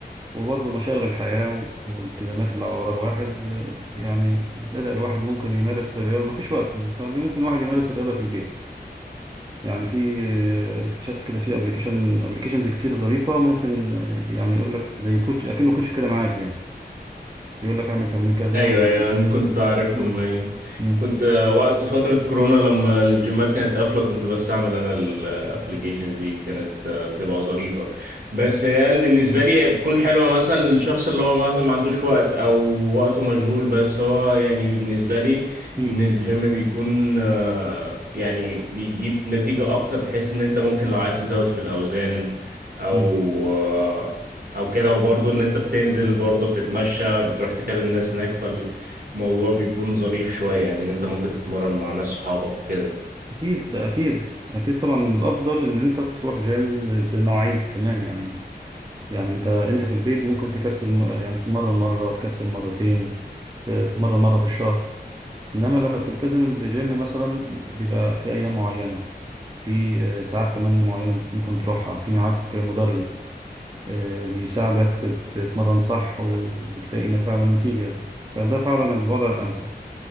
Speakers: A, on the right; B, on the right.
A: وبرضو مشاغل الحياة و- والالتزامات اللي على ورا الواحد آه، يعني بدأ الواحد ممكن يمارس الرياضة مفيش وقت فممكن الواحد يمارس الرياضة في البيت يعني في آه، اكتشفت كده في ابلكيشن ابلكيشنز كتير ظريفة ممكن آه، يعني يقول لك زي كوتش اكنه كوتش كده معاك يعني يقول لك اعمل تمرين كذا
B: ايوه
A: و
B: ايوه انا كنت
A: و-
B: عارفهم
A: مم.
B: ايوه
A: مم.
B: كنت آه، وقت فترة كورونا لما الجيمات كانت قافلة كنت بستعمل انا الابليكيشنز دي كانت آه، بتبقى ظريفة بس هي بالنسبة لي هي بتكون حلوة مثلا للشخص اللي هو مثلا ما عندوش وقت او وقته مشغول بس هو يعني بالنسبة لي
A: مم.
B: ان الجيم بيكون آه، يعني بيجيب نتيجة اكتر بحيث ان انت ممكن لو عايز تزود في الاوزان او
A: مم.
B: آه، او كده وبرضه ان انت بتنزل برضه بتتمشى بتروح تكلم ناس هناك فالموضوع بيكون ظريف شوية يعني ان انت ممكن تتمرن مع ناس صحابك وكده
A: اكيد اكيد اكيد طبعا الافضل ان انت تروح جيم ب- بمواعيد كمان يعني يعني انت انت في البيت ممكن تكسل م- يعني تتمرن مره تكسل مرتين ف- تتمرن مره في الشهر انما لما بتلتزم بجيم مثلا بيبقى في ايام معينه في آه، ساعات كمان معينه بت- ممكن تروحها في معاك مدرب آه، بيساعدك تت- تتمرن صح وبتلاقي إن فعلا نتيجه فده فعلا الوضع الامثل